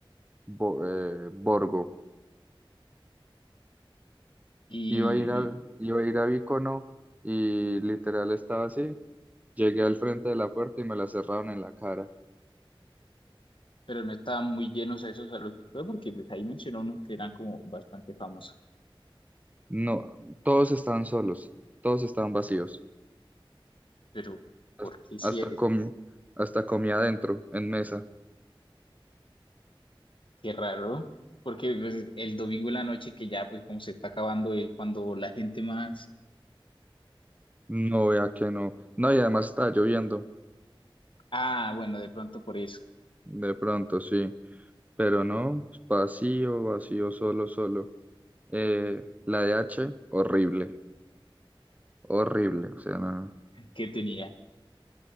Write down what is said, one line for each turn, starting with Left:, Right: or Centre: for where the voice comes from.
Right: Bo- eh, Borgo.
Left: Y,
Right: Iba a ir a,
Left: y-
Right: iba a ir a Vicono y literal estaba así. Llegué al frente de la puerta y me la cerraron en la cara.
Left: pero no estaban muy llenos a esos a los que fue, porque pues ahí mencionó unos que eran como bastante famosos.
Right: No, todos estaban solos, todos estaban vacíos.
Left: Pero,
Right: Hasta
Left: ¿por qué sí?
Right: hasta
Left: Es-
Right: comí, hasta comí adentro, en mesa.
Left: Qué raro. Porque pues, el domingo en la noche, que ya pues como se está acabando, es cuando la gente más.
Right: No, vea que no. No, y además estaba lloviendo,
Left: Ah, bueno, de pronto por eso.
Right: de pronto, sí. Pero no, vacío, vacío, solo, solo. Eh, la de h horrible, horrible. O sea, no.
Left: ¿Qué tenía?